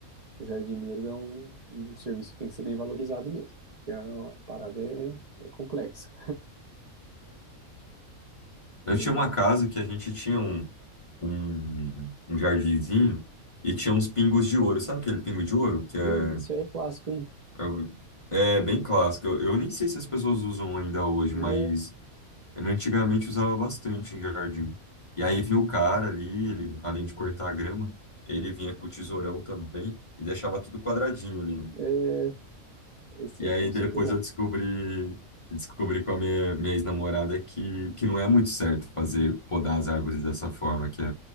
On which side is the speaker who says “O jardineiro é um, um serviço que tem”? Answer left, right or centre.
Right